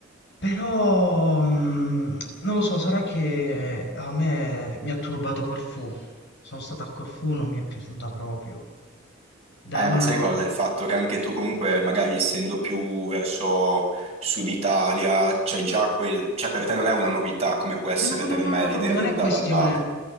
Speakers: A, on the left; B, on the right.
A: Però mh, non lo so, sarà che a me mi ha turbato Corfù. Sono stato a Corfù, non mi è piaciuta proprio. Da
B: Eh,
A: una...
B: ma sai cosa? Il fatto che anche tu comunque, magari essendo più verso Sud Italia, c'hai già quel... cioè per te non è una novità come può essere
A: No, no,
B: per
A: no,
B: me
A: no, no,
B: l'idea
A: non
B: di andare
A: è questione,
B: al mare.